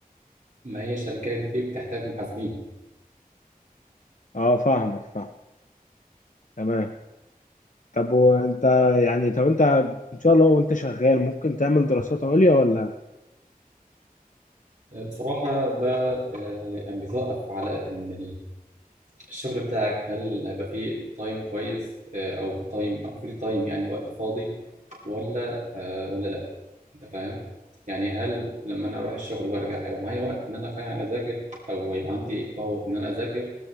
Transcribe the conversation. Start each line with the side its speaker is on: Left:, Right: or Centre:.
Right: ما هي الشركات دي بتحتاج محاسبين
Left: اه فاهمك فاهم تمام طب وأنت يعني طب أنت إن شاء الله وأنت شغال ممكن تعمل دراسات عليا ولا
Right: آه بصراحة ده آه يعني بيتوقف على إن الشغل بتاعك هل هيبقى فيه تايم كويس آه، او تايم او فيه تايم يعني وقت فاضي ولا آه، ولا لا انت فاهم يعني هل لما انا اروح الشغل وارجع هيبقى معايا وقت ان انا فعلا اذاكر او يبقى عندي باور ان انا اذاكر